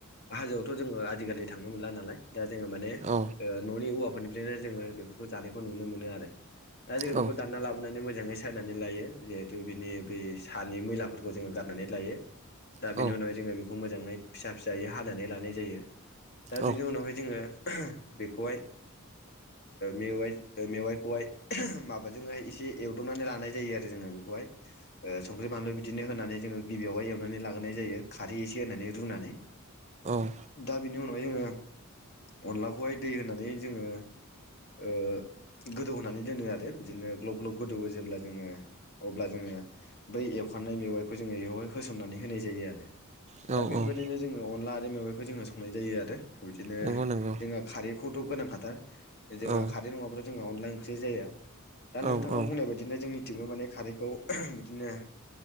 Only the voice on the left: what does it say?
हाजोआवथ' जोङो आजिखालि थांनो मोनला नालाय दा जोङो माने
न'नि औवाफोरनिफ्रायनो जोङो बेफोरखौ जानायखौ नुनो मोनो आरो दा जोङो
बेखौ दानना लाबोनानै मोजाङै सायनानै लायो जिहेथु बिनि बै हानि मैलाफोरखौ जोङो गारनानै लायो दा
बिनि उनावहाय जोङो बेखौ मोजाङै फिसा फिसायै हानानै लानाय जायो दा
बेनि उनावहाय जोङो बेखौहाय मेवाइ मेवाइखौहाय माबाजोंहाय एसे एवदबनानै लानाय जायो आरो जोङो बे हाय संख्रि बानलु बिदिनो होनानै जोङो गिबियावहाय एवनानै लाग्रोनाय जायो खारै एसे होनानै रुनानै
दा बेनि उनावहाय जोङो अनलाखौहाय दै होनानै जोङो ओ गोदौ होनानै दोनो आरो बिदिनो ग्लब ग्लब गोदौवो जेब्ला जोङो अब्ला जोङो बै एवखानाय मेवाइखौ जोङो बेवहाय होसननानै होनाय जायो आरो।
दा बेफोरबायदिनो
जोङो अनला आरो मेवाइखौ जोङो संनाय जायो आरो बिदिनो
जोंहा खारैखौथ' गोनांखाथार जोंहा
खारै नङाबाथ' जोंहा अनला ओंख्रि जाया। दा नोंथाङा
बुंनाय बायदिनो जोंनिथिंबो माने खारैखौ बिदिनो